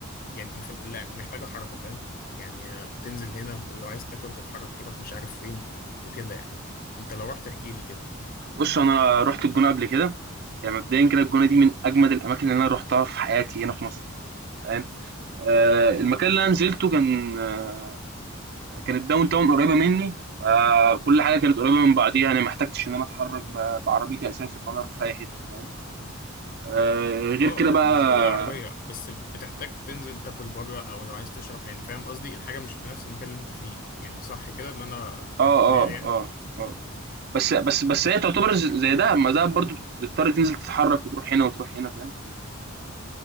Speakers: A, on the left (about 40°); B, on the right (about 45°).
A: يعني في... لا محتاجه حركه فاهم يعني آه، تنزل هنا ولو عايز تاكل تتحرك تروح مش عارف فين وكده يعني انت لو رحت احكي لي كده
B: بص انا رحت الجونه قبل كده يعني مبدئيا كده الجونه دي من اجمد الاماكن اللي انا روحتها في حياتي هنا في مصر تمام آه، المكان اللي انا نزلته كان آه، كان الداون تاون قريبه مني فكل حاجه كانت قريبه من بعضيها انا ما احتجتش ان انا اتحرك ب- بعربيتي اساسا ولا اروح في اي حته فاهم آه، غير
A: اه
B: كده بقى
A: اه مش بقول عربية بس بتحتاج تنزل تاكل بره او لو عايز تشرب يعني فاهم قصدي الحاجة مش في نفس المكان اللي انت فيه يعني صح كده اللي انا
B: اه
A: كان في دماغي
B: اه
A: يعني
B: اه اه بس بس بس هي تعتبر ز- زي دهب ما دهب برضو بتضطر تنزل تتحرك وتروح هنا وتروح هنا فاهم